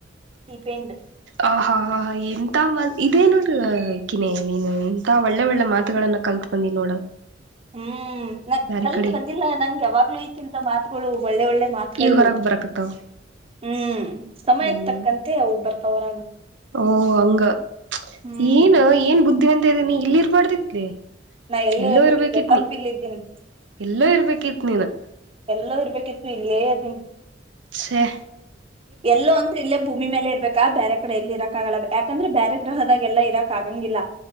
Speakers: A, on the right; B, on the right.
A: ದೀಪೇಂಡ್
B: ಆ ಹಾ ಹಾ ಎಂತ ಇದೇ ನೋಡ್ರಕಿನೇ ನೀನು ಎಂತ ಒಳ್ಳೆ ಒಳ್ಳೆ ಮಾತುಗಳನ್ನು ಕಲ್ತ್ ಬಂದಿ ನೋಡ
A: ಹ್ಮ್ ನ
B: ಬ್ಯಾರೆ
A: ಕಲ್ತ್
B: ಕಡೆ
A: ಬಂದಿಲ್ಲ ನಂಗೆ ಯಾವಾಗ್ಲೂ ಈಕ್ಕಿಂತ ಮಾತುಗಳು ಒಳ್ಳೆ ಒಳ್ಳೆ ಮಾತುಗಳು
B: ಈಗ ಹೊರಗ್ ಬರಕತ್ತಾವ
A: ಹ್ಮ್ ಸಮಯಕ್ಕೆ
B: ಹ್ಮ್
A: ತಕ್ಕಂತೆ ಬರ್ ತೋರಾಗ
B: ಓ ಹಂಗ
A: ಹ್ಮ್
B: ಏನ್ ಏನ್ ಬುದ್ಧಿವಂತ ಇದದೆನಿ ಇಲ್ಲಿ ಇರ್ಬಾರ್ದಿತ್ಲಿ
A: ನಾ
B: ಎಲ್ಲೋ
A: ಇರ್ಬೇಕಿತ್ಲೆ
B: ಇರ್ಬೇಕಿತ್
A: ತಪ್ಪ್
B: ನೀ
A: ಇಲ್ಲಿದ್ದೀನಿ
B: ಎಲ್ಲೋ ಇರ್ಬೇಕಿತ್ ನೀನು
A: ಎಲ್ಲ ಇರ್ಬೇಕಿತ್ತು ಇಲ್ಲೇ ಅದನ್
B: ಶ
A: ಎಲ್ಲೋ ಅಂತ್ ಇಲ್ಲೇ ಭೂಮಿ ಮೇಲೆ ಇರ್ಬೇಕಾ ಬೇರೆ ಕಡೆ ಎಲ್ಲಿ ಇರಕ್ಕಾಗಲಬೇಕ ಯಾಕಂದ್ರೆ ಬೇರೆ ಗ್ರಹದಾಗೆಲ್ಲಾ ಇರಾಕ್ ಆಗಂಗಿಲ್ಲ